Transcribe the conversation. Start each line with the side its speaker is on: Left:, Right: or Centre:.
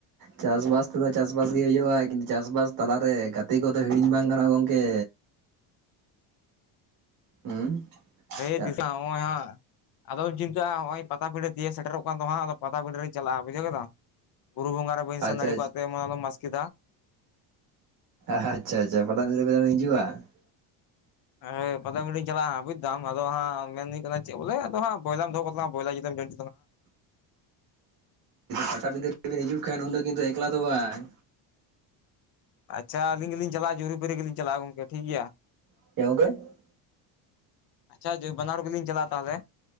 Right: ᱪᱟᱥ ᱵᱟᱥ ᱛᱮᱫᱚ ᱪᱟᱥ ᱵᱟᱥ ᱜᱮ ᱦᱩᱭᱩᱜᱼᱟ ᱠᱤᱱᱛᱩ ᱪᱟᱥ ᱵᱟᱥ ᱛᱟᱞᱟᱨᱮ ᱜᱟᱛᱮ ᱠᱚᱫᱚ ᱦᱤᱲᱤᱧ ᱵᱟᱝ ᱜᱟᱱᱚᱜᱼᱟ ᱜᱚᱢᱠᱮ ᱦᱩᱸ
Left: ᱦᱮᱸ
Right: ᱟᱪᱪᱷᱟ
Left: ᱫᱤᱥᱟᱣ ᱱᱚᱜ ᱦᱟᱸ ᱟᱫᱚᱢ ᱪᱤᱱᱛᱟᱹᱜᱼᱟ ᱱᱚᱜ ᱚᱭ ᱯᱟ ᱯᱤᱰᱟᱹᱤᱭᱮ ᱥᱮᱴᱮᱨᱚᱜ ᱠᱟᱱ ᱛᱚ ᱫᱚ ᱦᱟᱜ ᱟᱫᱚ ᱯᱟᱛᱥ ᱯᱤᱰᱟᱹᱨ ᱨᱮᱧ ᱪᱟᱞᱟᱜ ᱵᱩᱡᱟᱹᱣᱮᱫᱟ ᱵᱩᱨᱩ ᱵᱚᱸᱜᱟ ᱨᱮ ᱵᱟᱹᱧ
Right: ᱟᱪᱪᱷᱟ
Left: ᱥᱮᱱ ᱫᱟᱲᱮ ᱠᱚᱣᱟ ᱚᱱᱟᱞᱚᱢ ᱢᱥᱠᱟ
Right: ᱟᱪ ᱪᱷᱟ ᱟᱪ ᱪᱷᱟ ᱯᱟᱴᱟᱜᱤᱧ ᱦᱤᱡᱩᱜᱼᱟ <unintelligible>
Left: ᱦᱮᱸ ᱯᱟᱧ ᱪᱟᱞᱟᱜᱼᱟ ᱵᱩᱡ ᱮᱫᱟᱢ ᱟᱫᱚ ᱦᱟᱸᱜ ᱢᱮᱱᱧ ᱠᱟᱱᱟ ᱪᱮᱫ ᱵᱚᱞᱮ ᱟᱫᱚ ᱦᱟᱸ ᱵᱚᱭᱞᱟᱢ ᱫᱚᱦᱚ ᱛᱟ ᱵᱚᱭᱞᱟ ᱡᱩᱫᱤᱢᱚᱜ
Right: ᱯᱟᱴᱟᱵᱤᱫᱟᱹ ᱨᱮᱵᱤᱱ ᱦᱤᱡᱩᱜ ᱠᱷᱟᱱ ᱩᱱᱫᱚ ᱠᱤᱱᱛᱩ ᱮᱠᱞᱟ ᱫᱚ ᱵᱟᱝ
Left: ᱟᱪ ᱪᱷᱟ ᱟᱞᱤᱧ ᱜᱮᱞᱤᱧ ᱪᱟᱞᱟᱜᱼᱟ ᱡᱩᱨᱤᱯᱩᱨᱤ ᱜᱮᱞᱤᱧ ᱪᱟᱞᱟᱜ ᱜᱚᱝᱠᱮ ᱴᱷᱤᱠ ᱜᱮᱭᱟ
Right: ᱪᱮᱫ ᱜᱚᱝᱠᱮ <unintelligible>
Left: ᱟᱪ ᱪᱷᱟ ᱡᱩ ᱵᱟᱱᱟᱨ ᱜᱮᱞᱤᱧ ᱪᱟᱞᱟᱜᱼᱟ ᱛᱟᱦᱚᱞᱮ